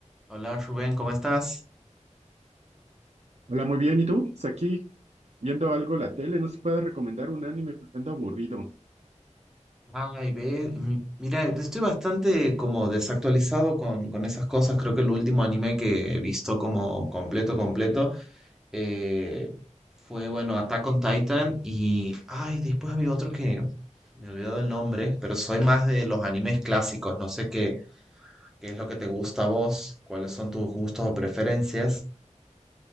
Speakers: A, in the centre; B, on the right.
A: Hola Rubén, ¿cómo estás?
B: Hola, muy bien. ¿Y tú? Pues Aquí viendo algo la tele, no se puede recomendar un anime porque ando aburrido.
A: Ay, ve, mi- mira, estoy bastante como desactualizado con, con esas cosas. Creo que el último anime que he visto como completo, completo, eh, fue, bueno, Attack on Titan y, ay, después había otro que me he olvidado el nombre, pero soy más de los animes clásicos. No sé qué, qué es lo que te gusta a vos, cuáles son tus gustos o preferencias.